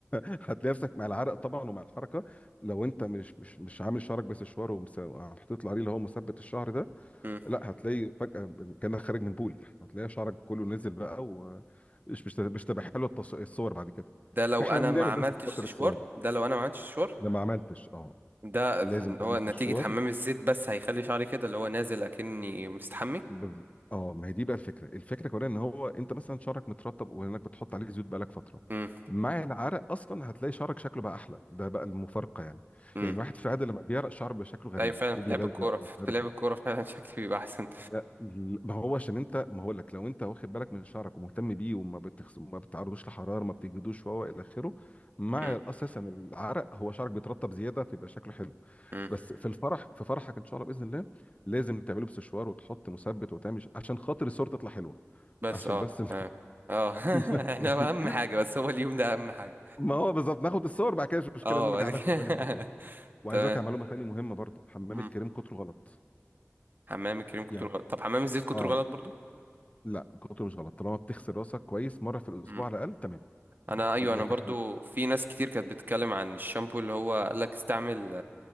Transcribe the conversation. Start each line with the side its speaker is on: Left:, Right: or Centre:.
Left: هتلاقي نفسك مع العرق طبعا ومع الحركه لو انت مش مش مش عامل شعرك بس شوار ومس- وحاطط له عليه اللي هو مثبت الشعر ده
Right: مم.
Left: لا هتلاقي فجاه كانك خارج من بول هتلاقي شعرك كله نزل بقى ومش مش مش تبقى حلوه التص- الصور بعد كده
Right: ده لو
Left: احنا
Right: انا
Left: بنعمل
Right: ما عملتش
Left: ده عشان خاطر
Right: سشوار
Left: الصور
Right: ده لو انا ما عملتش سشوار
Left: ده ما عملتش اه
Right: ده
Left: لازم تعمل
Right: هو نتيجة
Left: في الشوار
Right: حمام الزيت بس هيخلي شعري كده اللي هو نازل اكني مستحمي
Left: بز... اه ما هي دي بقى الفكره الفكره كمان ان هو انت مثلا شعرك مترطب وانك بتحط عليه زيوت بقالك فتره
Right: امم
Left: مع العرق اصلا هتلاقي شعرك شكله بقى احلى ده بقى المفارقه يعني
Right: امم
Left: يعني الواحد في العاده لما بيعرق شعره بيبقى شكله غريب
Right: ايوه فعلا
Left: وبيلزق
Right: في لعب الكورة <laughs>
Left: مش عارف
Right: في لعب
Left: ايه
Right: الكورة فعلا شكلي بيبقى احسن
Left: لا ل- ما هو عشان انت ما هقول لك لو انت واخد بالك من شعرك ومهتم بيه وما بتخس... ما بتعرضوش لحراره ما بتجدوش وهو الى اخره مع
Right: امم
Left: اساسا العرق هو شعرك بيترطب زياده فيبقى شكله حلو
Right: امم.
Left: بس في الفرح في فرحك ان شاء الله باذن الله لازم تعمله بسشوار وتحط مثبت وتعمل ش- عشان خاطر الصور تطلع حلوه
Right: بس
Left: عشان
Right: اه
Left: بس <laughs> اه
Right: تمام اه <laughs>
Left: بس
Right: احنا
Left: يعني.
Right: اهم حاجة بس هو اليوم ده اهم حاجة
Left: ما هو بالظبط ناخد الصور بعد كده مش مشكله
Right: اه
Left: نرجع
Right: بعد
Left: ناخد
Right: كده
Left: بالنا
Right: <laughs>
Left: منه تاني وعايز
Right: تمام
Left: اقول لك على معلومه تانيه تمام مهمه برضو حمام
Right: مم.
Left: الكريم كتره غلط
Right: حمام الكريم كتر
Left: يعني
Right: غلط طب حمام الزيت كتر
Left: اه
Right: غلط برضو
Left: لا كتره مش غلط طالما بتغسل راسك كويس مره في الاسبوع
Right: مم.
Left: على الاقل تمام
Right: انا ايوه
Left: لكن
Right: انا برضو
Left: حم...
Right: في ناس كتير كانت بتتكلم عن الشامبو اللي هو قال لك استعمل